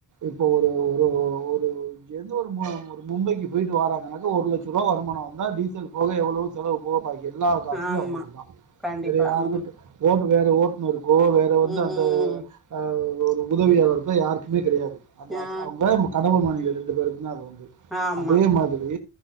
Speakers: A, on the right; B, in the centre.
A: இப்போ ஒரு ஒரு ஒ ஒரு எதோரு ம ஒரு மும்பைக்கு போயிட்டு வராங்கனாக்கா ஒரு லட்சருவா வருமானோ வந்தா டீசல் போக எவ்ளோ செலவு போக பாக்கி எல்லா காஸ்மே
B: ஆமா
A: அவங்ளுக்கு தா
B: கண்டிப்பா
A: வேற யாருகிட்ட
B: ம்
A: ஓ வேற ஓட்டுனர் கோ வேற வந்து
B: ம்
A: அந்
B: ம்
A: உம் அஹ் <unintelligible> உதவியாளர்கோ யாருக்குமே கெடையாது அந்த
B: ஆ
A: அவங்க கணவன் மனைவி <unintelligible> சொன்னாரு வந்து
B: ஆமா
A: அதே மாதிரி